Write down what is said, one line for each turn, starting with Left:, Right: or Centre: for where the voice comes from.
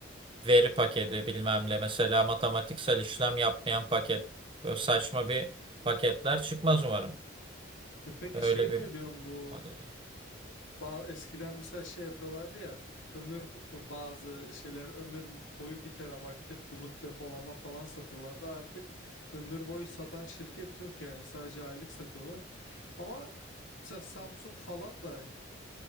Right: veri paketi bilmem ne mesela matematiksel işlem yapmayan paket. Böyle saçma bir paketler çıkmaz umarım.
Left: E peki
Right: Öyle
Left: şey
Right: bir
Left: ne diyorsun bu
Right: modeli.
Left: ba- eskiden mesela şey yapıyorlardı ya ömür bazı şeyler ömür boyu bir terabaytlık bulut depolama falan satıyorlardı artık ömür boyu satan şirket yok yani sadece aylık satıyorlar ama mesela Samsung falan da